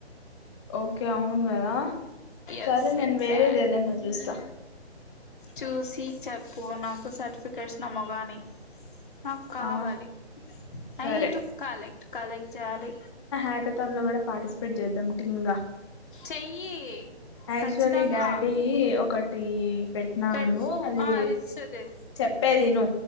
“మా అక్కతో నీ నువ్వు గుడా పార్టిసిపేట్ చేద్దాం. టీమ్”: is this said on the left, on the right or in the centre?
Left